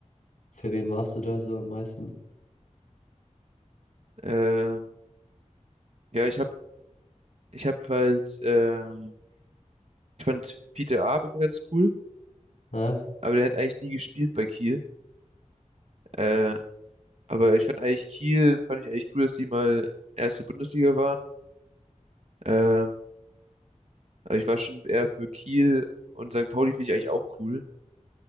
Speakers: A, on the left; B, on the right.
A: für wen warst du da so am meisten?
B: ähm, ja ich habe ich hab halt, ähm, ich fand Fiete Aab immer ganz cool,
A: Hä?
B: aber der hat eigentlich nie gespielt bei Kiel. Äh, aber ich fand eigentlich Kiel, fand ich eigentlich cool, dass die mal erste Bundesliga waren. Ähm, Aber ich war schon eher für Kiel und St. Pauli finde ich eigentlich auch cool.